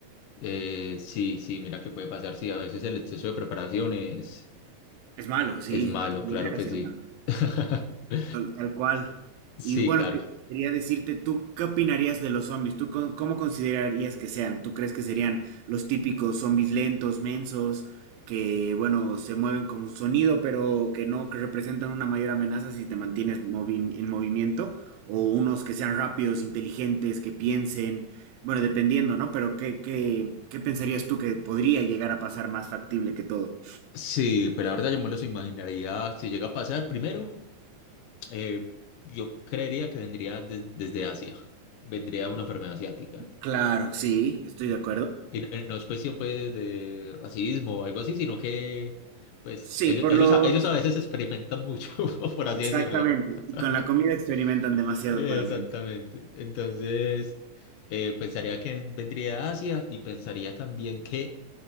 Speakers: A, on the left; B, on the right.
A: Eh, sí, sí, mira que puede pasar, sí, a veces el exceso de preparaciones.
B: Es malo, sí,
A: Es malo,
B: puede
A: claro
B: llegar a
A: que
B: ser
A: sí.
B: malo,
A: <laughs>
B: tal, tal cual.
A: Sí,
B: Y bueno,
A: claro.
B: que- quería decirte, ¿tú qué opinarías de los zombies? ¿Tú co- cómo considerarías que sean? ¿Tú crees que serían los típicos zombies lentos, mensos, que, bueno, se mueven con sonido, pero que no que representan una mayor amenaza si te mantienes movi- en movimiento? ¿O unos que sean rápidos, inteligentes, que piensen? Bueno, dependiendo, ¿no? Pero ¿qué, qué, qué pensarías tú que podría llegar a pasar más factible que todo?
A: Sí, pero la verdad yo me los imaginaría si llega a pasar. Primero, eh, yo creería que vendría de- desde Asia. Vendría una enfermedad asiática.
B: Claro, sí, estoy de acuerdo.
A: Y no, eh, no es cuestión pues de racismo o algo así, sino que pues
B: Sí,
A: ellos,
B: por
A: ellos,
B: los...
A: a- ellos a veces experimentan mucho, <laughs> por así
B: Exactamente.
A: decirlo. <laughs>
B: Y con la comida experimentan demasiado
A: Exactamente.
B: para mí.
A: Entonces, eh, pensaría que vendría de Asia y pensaría también que